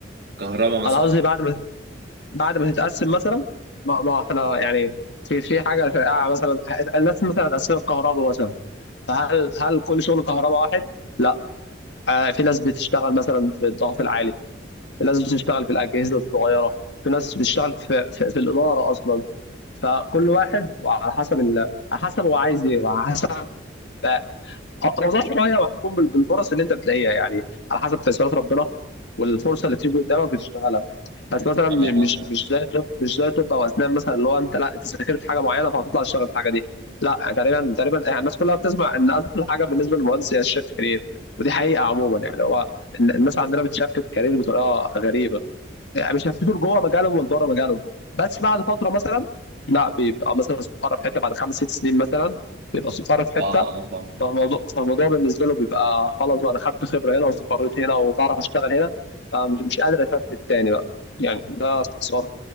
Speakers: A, on the right; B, on the left.
A: كهرباء مثلا
B: انا قصدي بعد ما بعد ما تتقسم مثلا ما, ما احنا يعني في في حاجه شائعه مثلا الناس مثلا اتقسمت كهرباء مثلا فهل هل كل شغل كهرباء واحد؟ لا آه في ناس بتشتغل مثلا في الضغط العالي في ناس بتشتغل في الأجهزة الصغيرة في ناس بتشتغل في, في, في الإدارة أصلا فكل واحد وعلى حسب ال... على حسب هو عايز إيه وعلى حسب آه، نظرت شوية وأحكم بال- بالفرص اللي أنت بتلاقيها يعني على حسب تيسيرات ربنا والفرصة اللي بتيجي قدامك بتشتغلها بس مثلا
A: اه
B: م-
A: اه
B: مش مش زي طب مش زي طب أو أسنان مثلا اللي هو أنت لا أنت ذاكرت حاجة معينة فهتطلع تشتغل في الحاجة دي لا يعني تقريبا تقريبا يعني الناس كلها بتسمع إن أسهل حاجة بالنسبة للمهندس هي الشيفت كارير ودي حقيقة عموما يعني هو الن- الناس عندنا بتشفت كارير بطريقة غريبة يعني بيشفطوا لجوه مجالهم ولبره مجالهم بس بعد فتره مثلا لا بيبقى مثلا استقر في حته بعد خمس ست سنين مثلا بيبقى استقر في حته
A: اه آه، فاهم.
B: فالموضوع فالموضوع بالنسبه له بيبقى خلاص بقى انا خدت خبره هنا واستقريت هنا وبعرف اشتغل هنا فمش مش قادر اشفت تاني بقى يعني ده باختصار